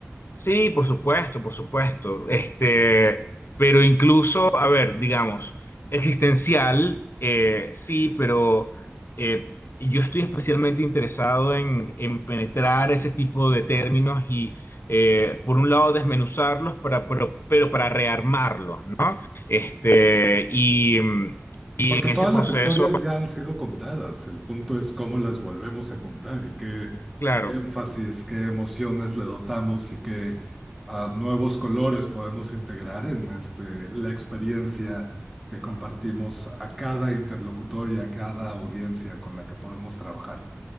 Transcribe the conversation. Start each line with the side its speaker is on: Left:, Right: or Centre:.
Left: Sí, por supuesto, por supuesto. Este, pero incluso, a ver, digamos, existencial, eh, sí, pero eh, yo estoy especialmente interesado en, en penetrar ese tipo de términos y, eh, por un lado, desmenuzarlos para, pero, pero para rearmarlos, ¿no? Este, y mm, en
Centre: Porque todas
Left: ese proceso,
Centre: las historias ya han sido contadas, el punto es cómo las volvemos a contar y qué
Left: claro.
Centre: énfasis, qué emociones le dotamos y qué ah, nuevos colores podemos integrar en este, la experiencia que compartimos a cada interlocutor y a cada audiencia con la que podemos trabajar.